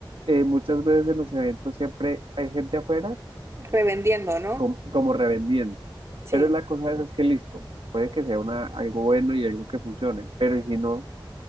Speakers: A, on the right; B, on the right.
A: eh, muchas veces en los eventos siempre hay gente afuera
B: revendiendo, ¿no?
A: com- como revendiendo.
B: Sí,
A: Pero la cosa es, es que listo, puede que sea una, algo bueno y algo que funcione, pero si no,